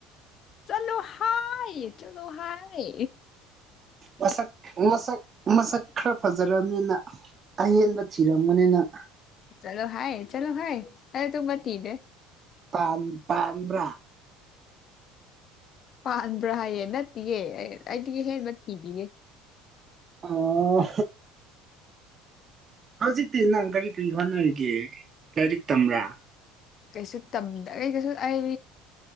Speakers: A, on the left; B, on the right.
A: ꯆꯠꯂꯣ ꯍꯥꯏ ꯆꯠꯂꯣ ꯍꯥꯏ
B: ꯃꯁꯛ ꯃꯁꯛ ꯃꯁꯛ ꯈꯔ ꯐꯖꯔꯕꯅꯤꯅ ꯑꯍꯦꯟꯕ ꯊꯤꯔꯝꯒꯅꯤ ꯅꯪ
A: ꯆꯠꯂꯣ ꯍꯥꯏ ꯆꯠꯂꯣ ꯍꯥꯏ ꯑꯩ ꯑꯇꯨꯒꯨꯝꯕ ꯊꯤꯗꯦ
B: ꯄꯥꯟ ꯄꯥꯟꯕ꯭ꯔꯥ
A: ꯄꯥꯟꯕ꯭ꯔꯥ ꯍꯥꯏꯌꯦ ꯅꯠꯇꯦꯌꯦ ꯑꯩꯗꯤ ꯑꯍꯦꯟꯕ ꯊꯤꯗꯤꯌꯦ
B: ꯑꯣ ꯍꯧꯖꯤꯛꯇꯤ ꯅꯪ ꯀꯔꯤ ꯀꯔꯤ ꯍꯣꯠꯅꯔꯤꯒꯦ ꯂꯥꯏꯔꯤꯛ ꯇꯝꯕ꯭ꯔꯥ
A: ꯀꯩꯁꯨ ꯇꯝꯗꯦ ꯑꯩ ꯀꯩꯁꯨ ꯑꯩ